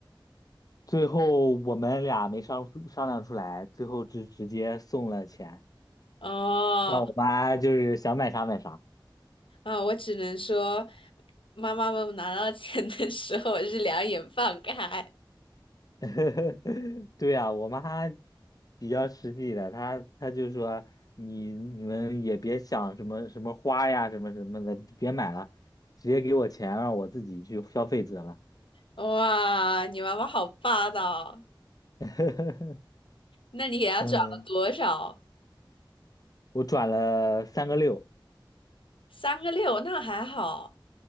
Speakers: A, on the left; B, on the left.
A: 最后我们俩没商商量出来，最后直直接送了钱，
B: 哦。
A: 让我妈就是想买啥买啥。
B: 啊，我只能说，妈妈们拿到钱的时候，我是两眼放开。
A: <laughs> 对啊，我妈比较实际的，她她就说你你们也别想什么什么花呀什么什么的，别买了，直接给我钱让我自己去消费得了。
B: 哇，你妈妈好霸道！
A: <laughs>
B: 那你给她转了多少？
A: 嗯，我转了三个六，
B: 三个六，那还好。